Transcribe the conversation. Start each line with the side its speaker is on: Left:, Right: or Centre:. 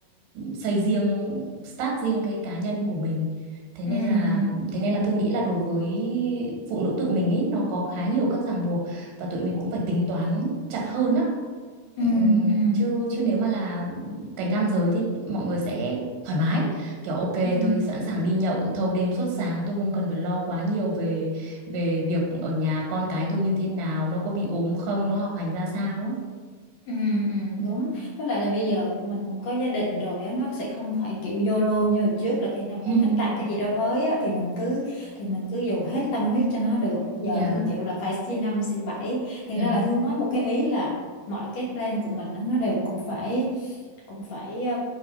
Right: xây riêng start riêng cái cá nhân của mình thế
Left: ừ
Right: nên là
Left: ừ
Right: thế nên là thương nghĩ là đối với phụ nữ tụi mình ý nó có khá nhiều các ràng buộc và tụi mình cũng phải tính toán chặt hơn á
Left: ừ
Right: Ừm,
Left: ừ ừ
Right: chứ chứ nếu mà là cánh nam giới thì mọi người sẽ thoải mái kiểu ok
Left: ừ.
Right: tôi sẵn sàng đi nhậu thâu đêm suốt sáng tôi không cần phải lo quá nhiều về về việc ở nhà con cái tôi như thế nào nó có bị ốm không nó học hành ra sao á
Left: Ừ, ừ,
Right: Ừ.
Left: đúng với lại là bây giờ kiểu mình cũng có gia đình rồi á nó sẽ không phải kiểu YOLO như hồi trước là khi nào
Right: <laughs>
Left: mà thích làm cái gì đó mới á thì mình cứ thì mình cứ dùng hết tâm huyết cho nó được giờ
Right: dạ
Left: như kiểu là phải xi năm xi bảy thì
Right: dạ
Left: ra là Thương nói một cái ý là mọi cái plan của mình á, nó đều cũng phải cũng phải ờ,